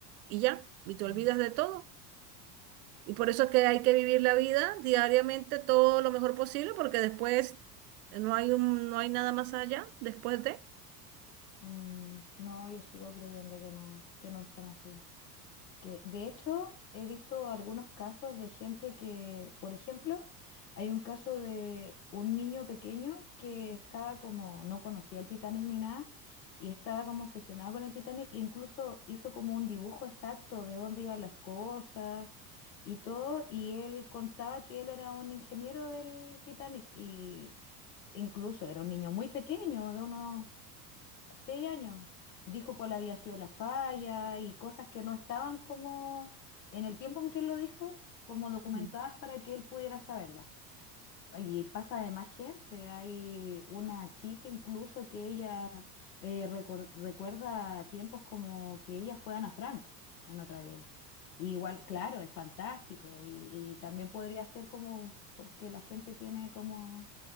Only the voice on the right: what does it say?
Y ya, y te olvidas
de todo. Y por eso es que hay que vivir la vida diariamente todo lo mejor posible, porque después no hay un, no hay nada más allá, después de.
Ujú.